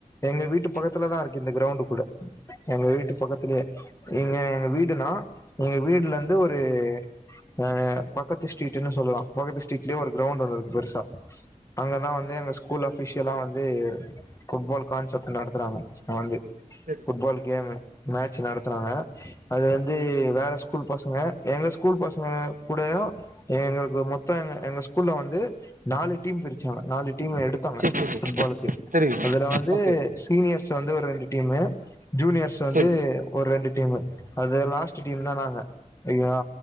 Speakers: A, on the left; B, on the right.
A: எங்க வீட்டு பக்கத்துலதா
B: ஓகே
A: இருக் கிரவுண்டு கூட எங்க வீட்டு பக்கத்துலயே எங்க எங்க வீட் டுனா எங்க வீடுல இருந்து ஒரு ஆ பக்கத்து ஸ்ட்ரீட்ன்னு சொல்லலா பக்கத்து ஸ்ட்ரீட்லயே ஒரு கிரௌண்ட் ஒன்னு இருக்கு பெருசா அங்கதா வந்து எங்க ஸ்கூல் அஃபிஷ் ஷியலா வந்து ஃபுட்பால் கான்செப்ட் நடத்துறாங்க ஆ வந்து
B: சரி
A: ஃபுட்பால் கேமு மேட்ச் நடத்துறாங்க அது வந்து வேற ஸ்கூல் பசங்க எங்க ஸ்கூல் பசங்க கூடயு எங்களுக்கு மொத்தம் எ எங்க ஸ்கூல்ல வந்து நாலு டீம் பிரிச்சாங்க நாலு டீம் எடுத்தாங்க
B: சரி சரி
A: ஃபுட்பாலுக்கு
B: சரி
A: அதுல வந்து
B: ஓகே ஓகே சரி ஓகே சரி சரி சரி ஓகே
A: சீனியர் து ஒரு ரெண்டு டீமு ஜூனியர்ஸ் வந்து
B: சரி
A: ஒரு ரெண்டு டீமு அது லாஸ்ட் டீம்தா நாங்க ஓகேங்ளா